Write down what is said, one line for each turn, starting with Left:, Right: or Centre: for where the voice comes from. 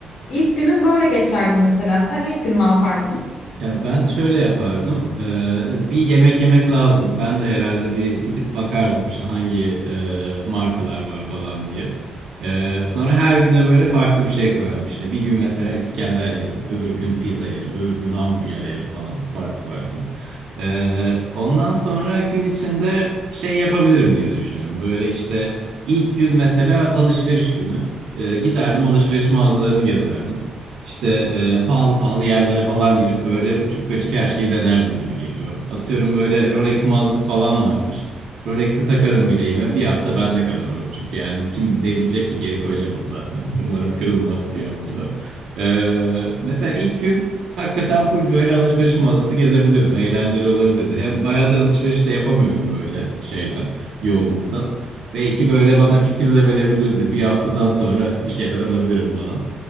Left: ilk günün böyle geçerdi mesela. Sen ilk gün ne yapardın?
Right: Ya ben şöyle yapardım. Ee, bir yemek yemek lazım. Ben de herhalde bir gidip bakardım işte hangi e, markalar var falan diye. Ee, sonra her güne böyle farklı bir şey koyardım. İşte bir gün mesela İskender yerim, öbür gün pizza yerim, öbür gün hamburger yerim falan farklı farklı. Ee, ondan sonra gün içinde şey yapabilirim diye düşünüyorum. Böyle işte ilk gün mesela alışveriş günü. Ee, giderdim alışveriş mağazalarını gezerdim. İşte e, pahalı pahalı yerlere falan girip böyle uçuk kaçık her şeyi denerdim gibi geliyor. Atıyorum böyle Rolex mağazası falan vardır. Rolex'i takarım bileğime. Bir hafta bende kalır o. Çünkü yani kim ne diyecek ki geri koyacağım onu zaten. <laughs> Umarım kırılmaz bir haftada. E, mesela ilk gün hakikaten full böyle alışveriş mağazası gezebilirdim. Eğlenceli olabilirdi. Hem bayağıdır alışveriş de yapamıyorum böyle şeyden, yoğunluktan. Belki böyle bana fikir de verebilirdi. Bir haftadan sonra bir şeyler alabilirim falan.